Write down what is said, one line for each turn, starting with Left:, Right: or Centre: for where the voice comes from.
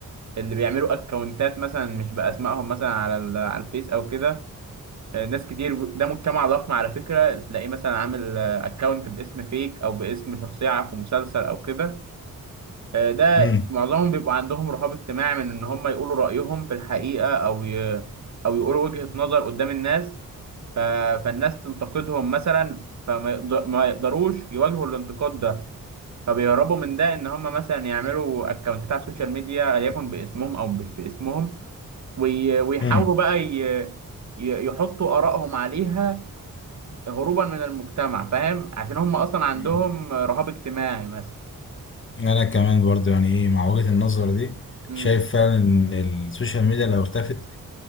Right: اللي بيعملوا اكونتات مثلا مش باسمائهم مثلا على ال... على الفيس او كده آه، ناس كتير ده مجتمع ضخم على فكرة تلاقيه مثلا عامل اكونت باسم فيك او باسم شخصية في مسلسل او كده آه، ده
Left: امم
Right: معظمهم بيبقوا عندهم رهاب اجتماعي من ان هم يقولوا رأيهم في الحقيقة او ي... او يقولوا وجهة نظر قدام الناس آه، فالناس تنتقدهم مثلا فما يقدر... ما يقدروش يواجهوا الانتقاد ده فبيهربوا من ده ان هم مثلا يعملوا اكونتات على السوشيال ميديا يكن باسمهم او مش باسمهم وي... ويحاولوا
Left: امم.
Right: بقى ي... ي- يحطوا آرائهم عليها هروبا من المجتمع فاهم عشان هم اصلا عندهم
Left: مم.
Right: رهاب اجتماعي مثلا
Left: انا كمان برضو يعني ايه مع وجهة النظر دي
Right: امم
Left: شايف فعلا ان السوشيال ميديا لو اختفت